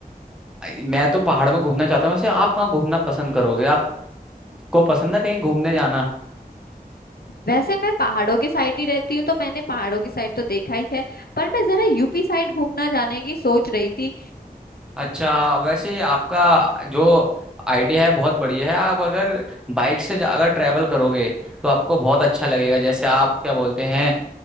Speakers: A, in the centre; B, on the left.
A: आई- मैं तो पहाड़ में घूमना चाहता हूँ वैसे आप कहाँ घूमना पसंद करोगे आपको पसंद है कहीं घूमने जाना
B: वैसे मैं पहाड़ों की साइड ही रहती हूँ तो मैंने पहाड़ों की साइड तो देखा ही है पर मैं जरा यूपी साइड घूमना जाने की सोच रही थी
A: अच्छा वैसे आपका जो आइडिया है बहुत बढ़िया है आप अगर बाइक से जा- अगर ट्रैवल करोगे तो आपको बहुत अच्छा लगेगा जैसे आप क्या बोलते हैं